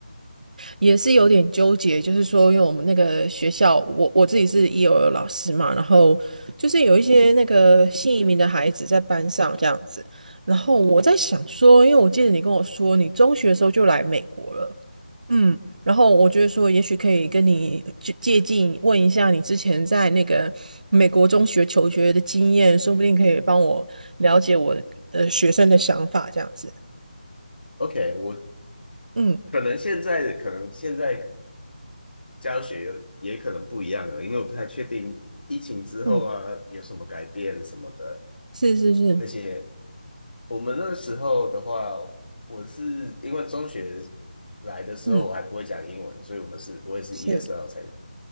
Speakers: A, on the right (about 55°); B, on the left (about 75°).
A: 也是有点纠结，就是说，因为我们那个学校，我我自己是 EOL 老师嘛，然后就是有一些那个新移民的孩子在班上这样子，然后我在想说，因为我记得你跟我说，你中学的时候就来美国了。嗯，然后我觉得说，也许可以跟你借借鉴，问一下你之前在那个美国中学求学的经验，说不定可以帮我了解我的学生的想法，这样子。
B: OK，我
A: 嗯
B: 可能现在可能现在教学有也可能不一样了，因为我不太确定疫情之后啊有什么改变什么的。
A: 嗯，是是是，
B: 那些。我们那时候的话，我是因为中学来的时候我还不会讲英文，
A: 嗯
B: 所以我们是我也是
A: 是，
B: ESL 才